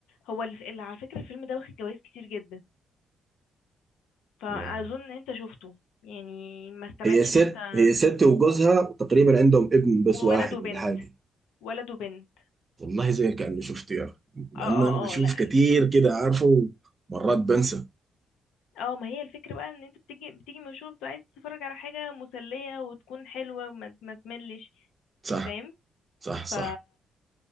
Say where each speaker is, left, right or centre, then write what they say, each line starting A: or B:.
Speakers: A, on the left; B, on the right.
A: هو الف- على فكرة الفيلم ده واخد جوائز كتير جدا فاظن
B: آه.
A: ان انت شفته يعني ما استبعدش
B: هي ست
A: ان انت
B: هي
A: تكون
B: ست وجوزها تقريبا عندهم ابن بس
A: وولد
B: واحد
A: وبنت
B: ولا حاجة كده.
A: ولد وبنت
B: والله زي كأني شفته يا أخي لأنه
A: اه اه
B: أنا بشوف
A: اه لا لا.
B: كتير كده عارفه ومرات بنسى
A: اه ما هي الفكرة بقى ان انت بتيجي بتيجي من الشغل بتبقى عايز تتفرج على حاجة مسلية وتكون حلوة وما ما تملش
B: صح
A: فاهم
B: صح صح
A: ف